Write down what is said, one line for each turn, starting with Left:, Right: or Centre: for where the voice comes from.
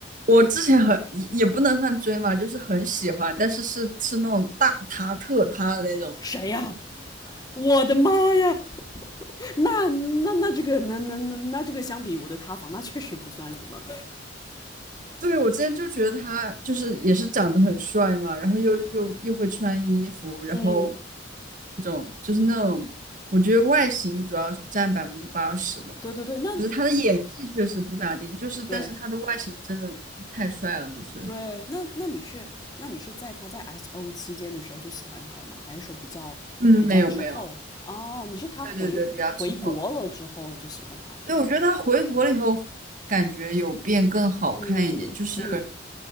Right: 我之前很也也不能算追嘛，就是很喜欢，但是是是那种大他特他的那种。
Left: 谁呀、啊我的妈呀！那那那这个那那那那这个相比我的塌房，那确实不算什么。
Right: 对，我之前就觉得他就是也是长得很帅嘛，然后又又又会穿衣服，然后
Left: 嗯，
Right: 那种就是那种，我觉得外形主要占百分之八十吧，
Left: 对对对，那
Right: 就是他的演技确实不咋地，就是但是他的外形真的太帅了，
Left: 对
Right: 就是
Left: 对，那那你是那你是在他在 S O 期间的时候就喜欢他了吗？还是说比较比较之后？
Right: 嗯，没有没有，
Left: 哦，你是他回回国了之后就喜欢他了，
Right: 对对对，比较滞后。对，
Left: 对吧？
Right: 我觉得他回国了以后，感觉有变更好看一点。
Left: 嗯嗯嗯
Right: 就是